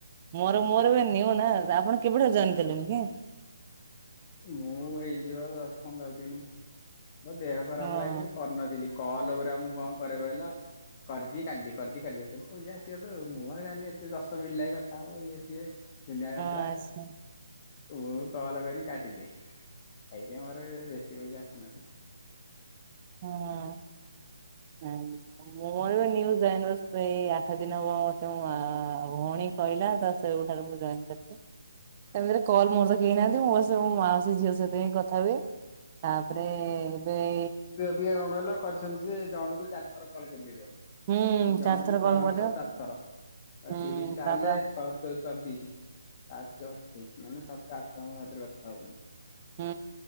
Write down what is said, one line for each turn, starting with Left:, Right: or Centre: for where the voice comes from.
Right: ମୋର ମୋର ଏ ନିଅ ନା ଆପଣ କେବେଠାରୁ ଜଏନ କଲେଣି କି?
Left: ମୁଁ ହେଇଯିବ ଦଶ ପନ୍ଦର ଦିନି ମୋ ଦେହ ଖରାପ
Right: ହଁ।
Left: ଲାଗି ମୁଁ କରିନଥିଲି କଲ ପୁରା ମୁଁ କଣ କରେ କହିଲ। କରିଦିଇ କାଟି କରିଦିଏ କାଟିଦିଏ ପଇଶା ଆସିବ ତ ମୁଁ ଆଉ ଜାଣିନି ଏତେ ଦଶ ମିଟ ଲାଗେ କଥା ହବ ଇଏ ସିଏ। ପିଲା
Right: ହଁ
Left: ତ୍ରା।
Right: ଆଚ୍ଛା
Left: ମୁ କଲ କରିରି କାଟିଦିଏ ଏଥିପାଇଁ ମର ବେଶୀ ପଇସା ଆସିନଥିଲା।
Right: ହଁ ହୁଁ ମୁଁ ଏଜ ଜାଇ ଏଇ ଆଠ ଦିନ ହବ ମତେ ଭଉଣୀ କହିଲଲା ତ ସେବେ ମୁ ଜନ କରଛି। ସେମିତି କଲ୍ ମୋର ତ କେହି ନାହାନ୍ତି ମୁଁ ବସ ମୋ ମାଉସୀ ଝିଅ ସଥି ଥାଏ ତାପରେ ଏବେ
Left: କ କହ କରିଛନ୍ତି ଯେ ଜଣଙ୍କୁ ଚାରିଥର କଲ କରିପାରିବ
Right: ହୁଁ
Left: ମାନେ ଜଣକୁ
Right: ଚାରିଥର କଲ୍
Left: ଜଣ
Right: କରିବ
Left: ଶ ଚାରି ଥର
Right: ହୁଁ
Left: ତିରିଶ ଟା
Right: ତାପରେ
Left: ହେଲେ ଛଅ ସ ଚବିଶି ସାତ ଚଉ ଅଠେଇଶି ମାନେ ସାତ ଆଠ ଜଙ୍କ ଭାତରେ କଥା ହବ ବୋଲି
Right: ହୁଁ